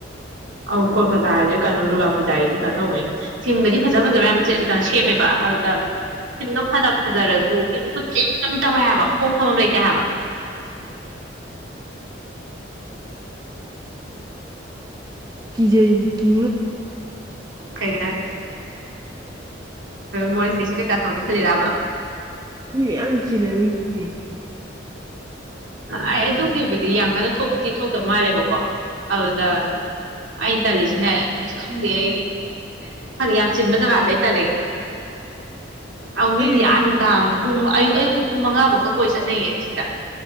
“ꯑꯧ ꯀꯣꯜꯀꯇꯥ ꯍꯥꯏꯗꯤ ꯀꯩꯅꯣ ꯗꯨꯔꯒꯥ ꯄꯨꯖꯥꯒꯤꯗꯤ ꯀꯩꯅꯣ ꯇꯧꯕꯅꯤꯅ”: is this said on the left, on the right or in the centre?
Right